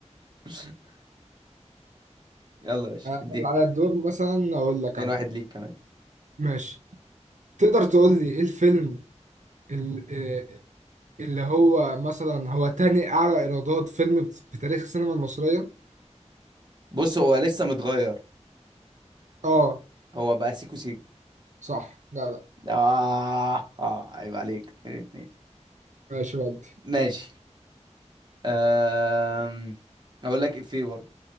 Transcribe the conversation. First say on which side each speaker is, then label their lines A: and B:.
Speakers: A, on the right (about 35°); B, on the right (about 80°).
A: <laughs> يلا يا باشا
B: هل
A: اديها
B: على الدور مثلا اقول لك
A: اتنين
B: انا
A: واحد ليك كمان
B: ماشي تقدر تقول لي ايه الفيلم ال- آه، اللي هو مثلا هو تاني اعلى ايرادات فيلم في تاريخ السينما المصرية
A: بص هو لسه متغير
B: اه
A: هو بقى سيكو سيكو
B: صح لا لا
A: آه آه عيب عليك اتنين اتنين
B: ماشي ودي
A: ماشي أم... أقول لك إفيه برضه